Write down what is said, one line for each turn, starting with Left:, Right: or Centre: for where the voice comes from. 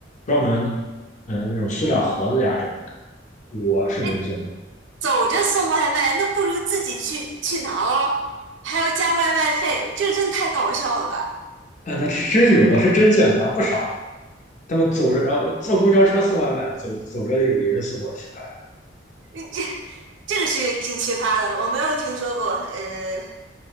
Left: 专门，嗯，那种塑料盒子呀这种，我是没有见过。
Right: 哎，走着送外卖，那不如自己去去拿咯，还要加外卖费，这个真的太搞笑了吧？
Left: 啊，那是真有，我是真见过，还不少。他们走着，然后坐公交车送外卖，走走着就给人送过去了。
Right: 你这 <laughs> 这个是挺奇葩的，我没有听说过，呃。